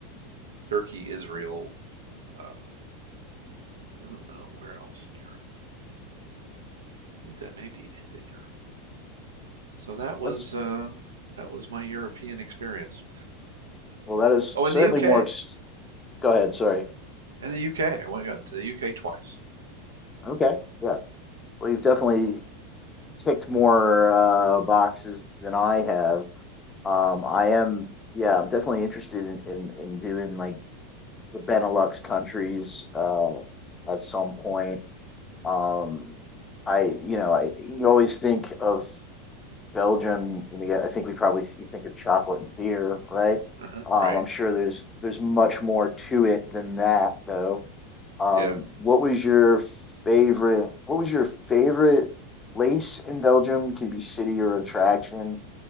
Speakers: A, on the right (about 80°); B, on the left (about 20°).
A: Turkey, Israel, uh, I don't know where else in Europe. I think that may be it in Europe. So that was
B: that's
A: uh, that was my European experience.
B: well, that is
A: Oh,
B: certainly
A: in the UK.
B: more. Ex- Go ahead. Sorry.
A: In the UK, I went got to the UK twice.
B: Okay. Yeah. Well, you've definitely ticked more uh, boxes than I have. Um, I am. Yeah, I'm definitely interested in in, in doing like the Benelux countries uh, at some point. Um, I, you know, I you always think of Belgium, when you get, I think we probably you think of chocolate and beer, right?
A: Uh-huh,
B: Um,
A: right.
B: I'm sure there's there's much more to it than that, though. Um,
A: Yeah.
B: what was your favorite? What was your favorite place in Belgium? Could be city or attraction,